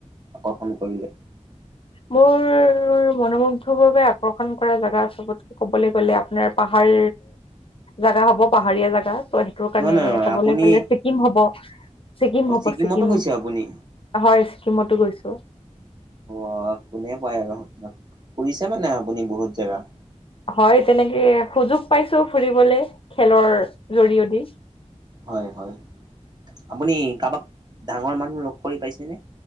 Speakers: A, on the right (about 35°); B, on the left (about 50°).
A: আকৰ্ষণ কৰিলে।
B: মোৰ। মনোমু্ধৰ বাবে আকৰ্ষণ কৰা জেগা চবতকে ক'বলৈ গ'লে আপোনাৰ, পাহাৰ। জাগা হব পাহাৰীয়া, জোগা ত' সেইটোৰ
A: নহয়
B: কাৰণে
A: নহয় নহয়
B: কবলৈ
A: আপুনি
B: গ'লে। ছিকিম হ'ব ছিকিম
A: অ
B: হ'ব
A: ছিকিমতো
B: ছিকিম।
A: গৈছে আপুনি
B: হয় ছিকিমতো গৈছোঁ।
A: অ কোনে পায় আৰু আপোনাক ফুৰিছে মানে আপুনি বহুত জেগা।
B: হয় তেনেকে সুযোগ পাইছো ফুৰিবলে খেলৰ জৰিয়দি।
A: হয় হয় আপুনি কাৰোবাক ডাঙৰ মানুহ লগ কৰি পাইছেনে।